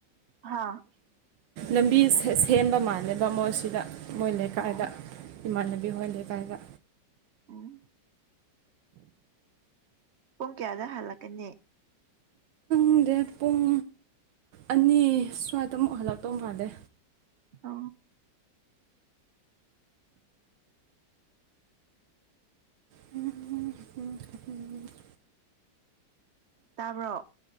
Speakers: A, on the right; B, on the right.
A: ꯍꯥ
B: ꯂꯝꯕꯤ ꯁꯦꯝꯕ ꯃꯥꯜꯂꯦꯕ ꯃꯣꯏꯁꯤꯗ ꯃꯣꯏ ꯂꯩꯀꯥꯏꯗ
A: ꯑꯣ
B: ꯏꯃꯥꯟꯅꯕꯤ ꯍꯣꯏ ꯂꯩꯀꯥꯏꯗ
A: ꯎꯝ ꯄꯨꯡ ꯀꯌꯥꯗ ꯍꯜꯂꯛꯀꯅꯤ
B: ꯈꯪꯗꯦ ꯄꯨꯡ ꯑꯅꯤ ꯁ꯭ꯋꯥꯏꯗ ꯑꯃꯨꯛ ꯍꯜꯂꯛꯇꯧ ꯃꯥꯜꯂꯦ
A: ꯑ
B: ꯄ ꯀꯥꯡꯄ
A: ꯇꯥꯕ꯭ꯔꯣ